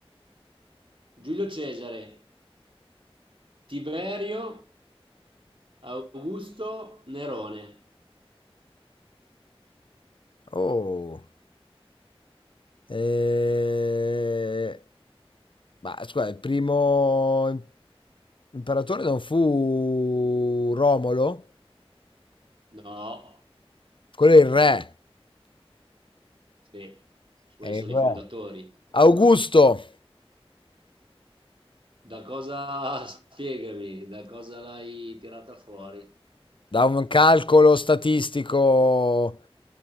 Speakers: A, on the right; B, on the left.
A: Giulio Cesare, Tiberio, Augusto, Nerone.
B: Oh. Eh, Ma scusa, il primo im- imperatore non fu Romolo?
A: No,
B: Quello è il re.
A: sì, suoi
B: È il
A: sono
B: re.
A: i fondatori.
B: Augusto.
A: Da cosa, <laughs> spiegami, da cosa l'hai tirata fuori? <laughs>
B: Da un calcolo statistico,